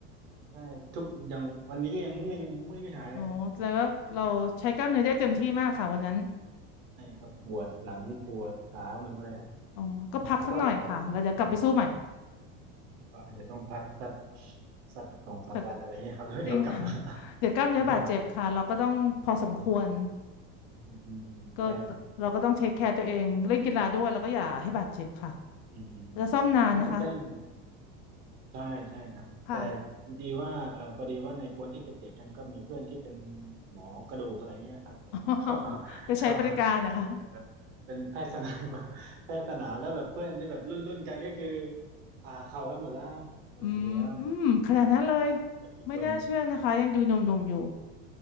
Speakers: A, on the right; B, on the left.
A: ใช่ทุกอย่างวันนี้ก็ยังเมื่อยยังเมื่อยไม่หายเลยครับ
B: โอ้แล้วาเราใช้กล้ามเนื้อได้เต็มที่มากค่ะวันนั้น
A: ใช่ครับปวดหลังปวดขาหมดเลยครับ
B: อ๋อ ก็พักสักหน่อยค่ะแล้วเดี๋ยวกลับไปสู้ใหม่
A: แต่ก็แต่ก็ก็อาจจะต้องพักสักสักสองสามวันอะไรเงี้ยครับแล้วเดี๋ยวกลับมา
B: สักจริง <laughs> ค่ะ <laughs>
A: <laughs>
B: เดี๋ยวกล้ามเนื้อบาดเจ็บค่ะเราก็ต้องพอสมควร
A: กลับมาใหม่อืมอืมอืมใช่ครับ
B: ก็เราก็ต้องเทคแคร์ตัวเองเล่นกีฬาด้วยแล้วก็อย่าให้บาดเจ็บค่ะ
A: อืมอืมอืมแล้วคุณแป้ง
B: แล้วซ่อมนานนะคะ
A: ใช่ใช่ครับแต่
B: ค่ะ
A: ดีว่าเออพอดีว่าในกวนที่ไปเตะกันก็มีเพื่อนที่เป็นหมอกระดูกอะไรเงี้ยครับเออก็
B: <laughs> ไปใช้บริการนะคะ
A: ก็เออเป็นแพทย์สนาม <laughs> แพทย์สนามแล้วแบบเพื่อนนี่แบบรุ่นรุ่นกันก็คือผ่าเข่ากันหมดแล้วครัเออเหลือ
B: อืมขนาดนั้นเลย
A: ไม่กี่คน
B: ไม่น่าเชื่อนะคะยังดูหนุ่มๆอยู่